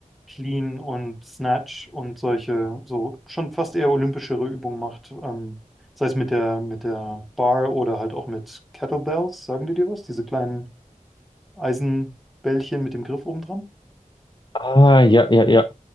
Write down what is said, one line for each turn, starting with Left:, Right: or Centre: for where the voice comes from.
Centre: Clean und Snatch und solche, so schon fast eher olympischere Übungen macht. Ähm, sei es mit der, mit der Bar oder halt auch mit Kettlebells, sagen die dir was? Diese kleinen Eisenbällchen mit dem Griff oben dran?
Left: Ah, ja, ja, ja.